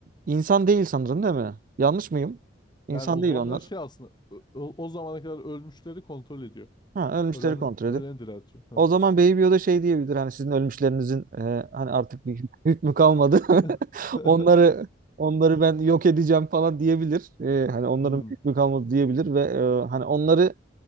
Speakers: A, on the right (about 45°); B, on the left (about 25°).
A: insan değil sanırım değil mi? Yanlış mıyım? İnsan
B: Yani o
A: değil
B: zombiler
A: onlar.
B: şey aslında ö- ö- o zamana kadar ölmüşleri kontrol ediyor.
A: Ha, ölmüşleri
B: Ölen,
A: kontrol
B: ölen
A: edip.
B: diriltiyor.
A: O zaman Baby Yoda şey diyebilir hani sizin ölmüşlerinizin e, hani artık bir hük- hükmü kalmadı.
B: <laughs>
A: <laughs> Onları onları ben yok edeceğim falan diyebilir. E, hani onların
B: Hmm,
A: bir hükmü kalmadı diyebilir ve e, hani onları